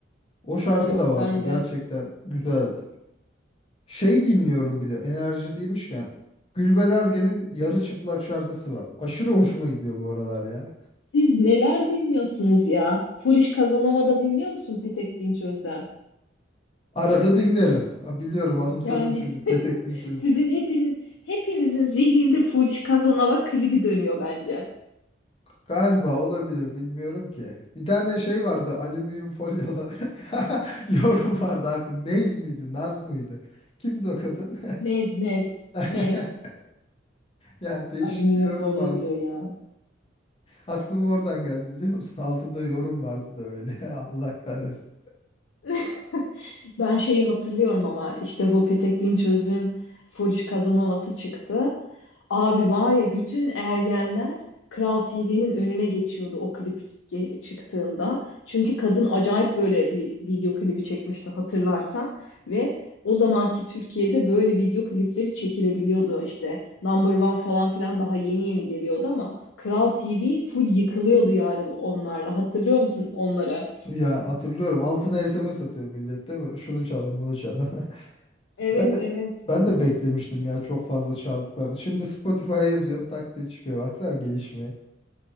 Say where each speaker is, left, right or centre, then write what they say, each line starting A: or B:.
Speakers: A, on the left (about 30°); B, on the left (about 85°).
A: O şarkı
B: Yok
A: da vardı
B: ben
A: gerçekten
B: de.
A: güzeldi. Şey dinliyorum bir de enerji demişken Gülben Ergen'in Yarı Çıplak şarkısı var. Aşırı hoşuma gidiyor bu aralar ya.
B: Siz neler dinliyorsunuz ya? Foolish Casanova da dinliyor musun Petek Dinçöz'den?
A: Arada dinlerim. Ha, Biliyorum anımsadım
B: Yani
A: şimdi Petek
B: <laughs>
A: Dinçöz.
B: sizin hepiniz hepinizin zihninde Fuji Kazanova klibi dönüyor bence.
A: Galiba olabilir bilmiyorum ki. Bir tane şey vardı alüminyum folyola <laughs> yorum vardı aklı. Nez miydi Naz mıydı? Kimdi o kadın?
B: Nez nez
A: <laughs>
B: nez.
A: Yani değişik
B: Alüminyum
A: bir yorum
B: folyo
A: vardı.
B: diyor ya.
A: Aklıma oradan geldi biliyor musun? Altında yorum vardı da öyle. <laughs> Allah kahretsin.
B: <laughs> Ben şeyi hatırlıyorum ama işte bu Petek Dinçöz'ün Foolish Casanova'sı çıktı. Abi var ya bütün ergenler Kral TV'nin önüne geçiyordu o klip ge- çıktığında. Çünkü kadın acayip böyle bir video klibi çekmişti hatırlarsan ve o zamanki Türkiye'de böyle video klipleri çekilebiliyordu işte Number One falan filan daha yeni yeni geliyordu ama Kral TV full yıkılıyordu yani onlarla hatırlıyor musun onları?
A: Ya hatırlıyorum altına SMS atıyor millet değil mi? Şunu çalın bunu çalın. <laughs>
B: Evet
A: Ben de
B: evet
A: ben de beklemiştim ya çok fazla çaldıklarını. Şimdi Spotify'a yazıyorum tak diye çıkıyor. Baksana gelişmeye.